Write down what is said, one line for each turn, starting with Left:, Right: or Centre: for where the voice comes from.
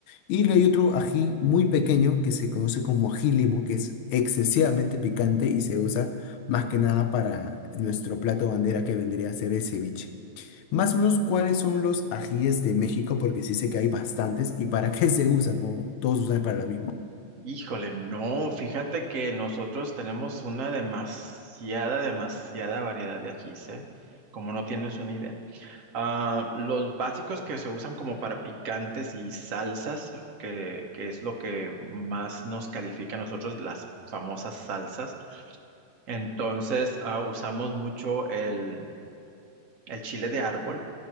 Left: Y le hay otro ají muy pequeño que se conoce como ají limo, que es excesivamente picante y se usa más que nada para nuestro plato bandera que vendría a ser el ceviche. Más o menos, ¿cuáles son los ajíes de México? Porque sí sé que hay bastantes. ¿Y para qué se usan? ¿O todos usan para lo mismo?
Right: Híjole, no, fíjate que nosotros tenemos una demasiada, demasiada variedad de ajís, ¿eh? Como no tienes una idea. Ah, los básicos que se usan como para picantes y salsas, que, que es lo que más nos califica a nosotros, las famosas salsas. Entonces, ah, usamos mucho el, el chile de árbol,